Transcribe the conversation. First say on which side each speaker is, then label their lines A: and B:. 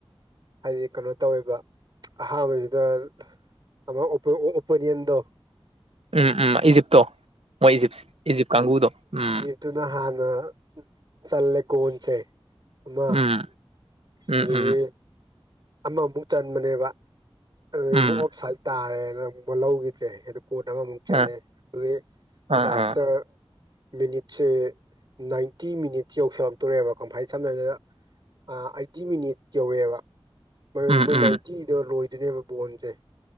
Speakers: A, on the right (about 45°); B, on the right (about 85°).
A: ꯍꯥꯏꯗꯤ ꯀꯩꯅꯣ ꯇꯧꯋꯦꯕ ꯑꯍꯥꯟꯕꯁꯤꯗ ꯑꯃ ꯑꯣ ꯑꯣꯄꯣꯅꯤꯌꯟꯗꯣ
B: ꯎꯝ ꯎꯝ ꯏꯖꯤꯞꯇꯣ ꯃꯣꯏ ꯏꯖꯤꯞꯁ ꯏꯖꯤꯞ ꯀꯥꯡꯕꯨꯗꯣ ꯎꯝ
A: ꯑꯗꯨꯨꯅ ꯍꯥꯟꯅ ꯆꯜꯂꯦ ꯒꯣꯟꯁꯦ ꯑꯃ
B: ꯎꯝ ꯎꯝ
A: ꯑꯗꯒꯤ
B: ꯎꯝ
A: ꯑꯃꯃꯨꯛ ꯆꯟꯕꯅꯦꯕ ꯑꯗꯨꯗꯩ
B: ꯎꯝ
A: ꯑꯃꯨꯛ ꯑꯣꯐ ꯁꯥꯏꯠ ꯇꯥꯔꯦꯅ ꯑꯃꯨꯛ ꯂꯧꯈꯤꯗ꯭ꯔꯦ ꯑꯗꯨ ꯀꯣꯟꯅ ꯑꯃꯃꯨꯛ ꯆꯜꯂꯦ
B: ꯑꯥ
A: ꯑꯗꯨꯗꯒꯤ
B: ꯑꯥ
A: ꯂꯥꯁꯇ
B: ꯑꯥ
A: ꯃꯤꯅꯤꯠꯁꯦ ꯅꯥꯏꯟꯇꯤ ꯃꯤꯅꯤꯠꯁ ꯌꯧꯁꯜꯂꯛꯇꯣꯔꯦꯕ ꯀꯪꯐꯥꯏ ꯁꯝꯅ ꯍꯥꯏꯔꯕꯅ ꯑ ꯑꯩꯠꯇꯤ ꯃꯤꯅꯤꯠ ꯌꯧꯔꯦꯕ
B: ꯎꯝ
A: ꯃꯣꯏ
B: ꯎꯝ
A: ꯅꯥꯏꯟꯇꯤꯗ ꯂꯣꯏꯗꯣꯏꯅꯦꯕ ꯕꯣꯟꯁꯦ